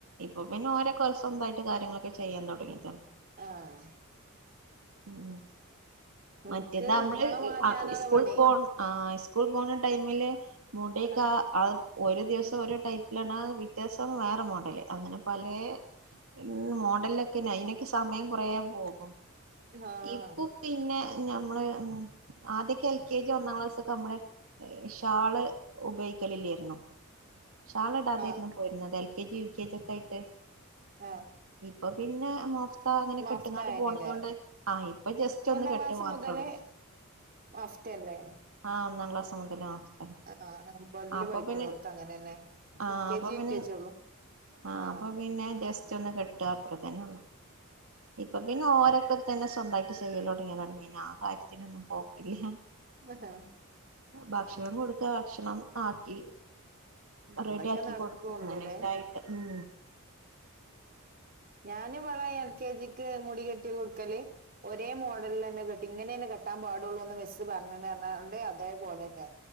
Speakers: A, on the right (about 70°); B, on the right (about 40°).
A: ഇപ്പൊ പിന്നെ ഓരോക്കെ സൊന്തായിട്ട് കാര്യങ്ങളൊക്കെ ചെയ്യാൻ തൊടങ്ങി.
B: ആഹ്.
A: ഉം.
B: എനിക്ക്
A: മറ്റേതാ അമ്മള്
B: ഇവളെ മാറ്റാനാണ്
A: ഇ അ ഇസ്കൂള്
B: പണി
A: പോണ ആഹ് ഇസ്കൂള് പോണ ടൈമില് മൂട്യൊക്കെ
B: ആ
A: ആഹ് ആഹ് ഒരു ദിവസം ഒരു ടൈപ്പിലാണ, പിറ്റേസം വേറെ മോഡല്. അങ്ങനെ പലേ ഉം മോഡലൊക്കെന്ന അയിനൊക്കെ സമയം കൊറേ പോകും.
B: ആഹ്
A: ഇപ്പൊ പിന്നെ ഞമ്മള് ആദ്യൊക്കെ എൽ കെ ജി ഒന്നാം ക്ലാസ് ഒക്കെ അമ്മള്. ഷാള് ഉപോയിഗിക്കലില്ലായിരുന്നു. ഷാള് ഇടാതെരുന്നു
B: ആ
A: പോയിരുന്നത് L K G U K G ഒക്കെ ആയിട്ട്.
B: ആഹ്
A: ഇപ്പൊ പിന്നെ മഫ്ത അങ്ങനൊക്കെ
B: മഫ്ത
A: ഇട്ട്ങ്ങാണ്ട്
B: ആയിനല്ലേ
A: പോണതോണ്ട്. ആഹ് ഇപ്പൊ ജസ്റ്റൊന്ന്
B: ഒന്നാം
A: കെട്ട്
B: ക്ലാസ്
A: മാത്രൊള്ളൂ.
B: മുതല് മഫ്തല്ലേ
A: ആഹ് ഒന്നാം ക്ലാസ് മുതല് ആഹ്.
B: ആ ഒമ്പതില്
A: അപ്പൊ
B: പഠിക്കണോടത്ത്
A: പിന്നെ
B: അങ്ങനെന്നെ
A: ആഹ്
B: എൽ കെ
A: അപ്പൊ
B: ജി
A: പിന്നെ.
B: യു കെ ജി ഉള്ളു
A: ആഹ്
B: ആ
A: അപ്പൊ പിന്നെ ജസ്റ്റോന്ന് കെട്ട അത്ര തന്നൊള്ളൂ ഇപ്പൊ പിന്നെ ഓരൊക്കെ. തന്നെ സ്വന്തായിട്ട് ചെയ്യലൊടങിയതാണ് പിന്നെ ആഹ് കാര്യത്തിനൊന്നും പോക്കില്ല.
B: ഉഹ്.
A: ഭക്ഷണം കൊടുക്ക ഭക്ഷണം ആക്കി. റെഡ്യാക്കി
B: അതൊക്കെ നടക്കുള്ളൂല്ലേ
A: കൊടുക്ക അങ്ങനൊക്കായിട്ട് ഉം
B: ഞാന് ഇവള എൽ കെ ജിക്ക് മുടി കെട്ടി കൊടുക്കല് ഒരേ മോഡലിൽ തന്നെ കെട്ട് ഇങ്ങനെ തന്നെ കെട്ടാൻ പാടുള്ളൂന്ന് മിസ്സ് പറഞ്ഞന്ന് പറഞ്ഞു കൊണ്ട് അതേപോലെ തന്നെയാ.